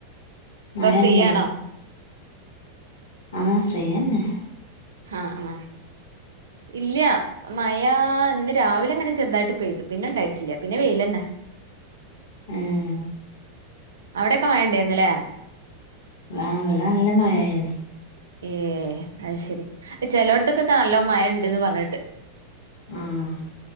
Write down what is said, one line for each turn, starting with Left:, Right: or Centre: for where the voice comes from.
Right: ഇപ്പൊ
Left: മഴണ്ടോ
Right: ഫ്രീയാണോ?
Left: ആഹ് ഫ്രീയന്നെ
Right: ആഹ് ആഹ് ഇല്ല മഴ ഇന്ന് രാവിലെ അങ്ങനെ ചെറുതായിട്ട് പെയ്തു പിന്നെ ഉണ്ടായിട്ടില്ല പിന്നെ വെയിലന്നെ <inaudible>
Left: ഏഹ്
Right: അവിടൊക്കെ മഴണ്ടായിരുന്നല്ലേ?
Left: ആഹ് ഇവടെ നല്ല മഴയെനി
Right: ഏഹ് അയ് ശരി ചെലോടത്തക്കൊക്കെ നല്ല മഴ ഉണ്ട്ന്ന് പറഞ്ഞേട്ട്.
Left: ആഹ്